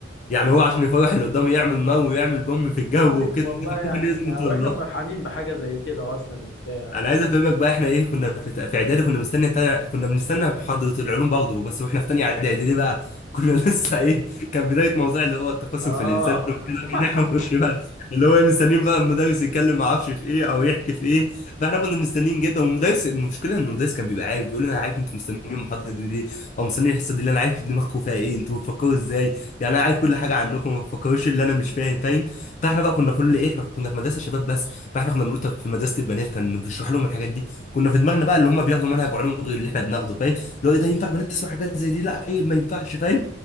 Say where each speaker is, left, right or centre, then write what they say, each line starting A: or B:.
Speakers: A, on the left; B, on the left.
A: يعني هو عشان يفرح اللي قدامه يعمل نار ويعمل بوم في الجو
B: انا عارف
A: وكده
B: والله
A: ده كان
B: يعني
A: ممكن يأذي
B: احنا
A: الطلاب
B: واحنا فرحانين بحاجه زي كده اصلا وبتاع
A: انا عايز افهمك بقى احنا ايه كنا في في اعدادي كنا مستني تا... كنا بنستنى محاضره العلوم برضه بس واحنا في تانية اعدادي ليه بقى كنا <laughs> لسه ايه كان بدايه موضوع اللي هو التقصف
B: اه
A: في الانسان وكده
B: <laughs>
A: كده احنا مش بقى اللي هو إيه مستنيين بقى المدرس يتكلم ما اعرفش في ايه او يحكي في ايه فاحنا كنا مستنيين جدا والمدرس المشكله ان المدرس كان بيبقى عارف بيقول لنا انا عارف انتوا مستنيين المحاضره دي ليه او مستنيين الحصه دي اللي انا عارف دماغكم فيها ايه انتوا بتفكروا ازاي يعني انا عارف كل حاجه عنكم ما تفكروش اللي انا مش فاهم فاهم فاحنا بقى كنا كل ايه احنا كنا في مدرسه شباب بس فاحنا كنا بنقول طب في مدرسه البنات كان بيشرح لهم الحاجات دي كنا في دماغنا بقى اللي هم بياخدوا منهج علوم غير اللي احنا بناخده فاهم لو ايه ده ينفع بنات تسمع حاجات زي دي لا ايه ما ينفعش فاهم